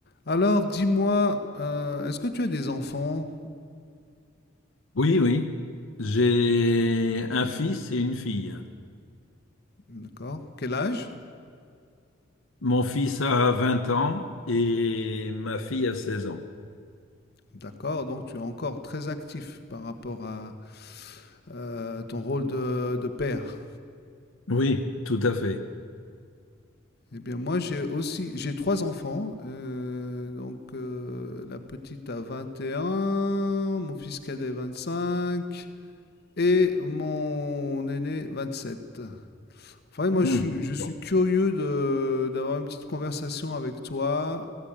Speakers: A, on the left; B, on the left.
A: Alors, dis-moi, euh, est-ce que tu as des enfants?
B: Oui, oui. J'ai un fils et une fille.
A: D'accord. Quel âge?
B: Mon fils a 20 ans et ma fille a 16 ans.
A: D'accord. Donc, tu es encore très actif par rapport à euh, ton rôle de, de père.
B: Oui, tout à fait.
A: Eh bien, moi, j'ai aussi, j'ai trois enfants. euh, donc, euh, la petite a 21, mon fils cadet 25 et mon aîné 27. Enfin, moi,
B: Hmm,
A: je suis,
B: d'accord.
A: je suis curieux de, d'avoir une petite conversation avec toi